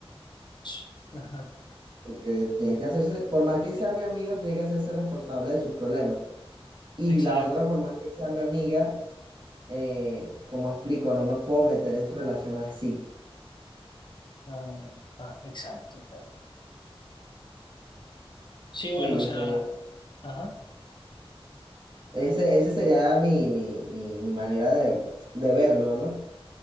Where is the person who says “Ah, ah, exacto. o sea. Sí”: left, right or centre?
Left